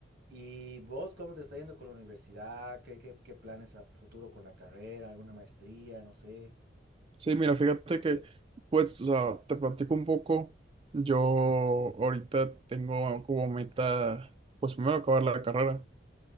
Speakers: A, on the right (about 60°); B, on the right (about 30°).
A: ¿Y vos cómo te está yendo con la universidad? ¿Qué, qué, qué planes a futuro con la carrera? ¿Alguna maestría? No sé.
B: Sí, mira, fíjate que, pues, o sea, te platico un poco. Yo ahorita tengo como meta, pues primero acabar la carrera.